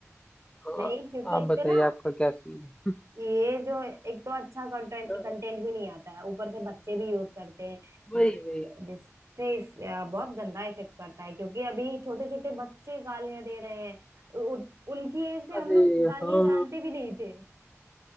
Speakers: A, on the left; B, on the right.
A: और
B: नहीं क्योंकि
A: आप
B: इससे
A: बताइए
B: ना
A: आपका क्या सीन है
B: ये जो एक तो अच्छा कंटेंट
A: हाँ,
B: कंटेंट भी नहीं आता है ऊपर से बच्चे भी यूज करते हैं
A: वही
B: जिस
A: वही
B: जिससे इस, अ, बहुत गंदा इफेक्ट पड़ता है क्योंकि अभी छोटे छोटे बच्चे गालियां दे रहे हैं उ, उनकी एज पे
A: अरे
B: हम लोग गालियां
A: हाँ
B: जानते भी नहीं थे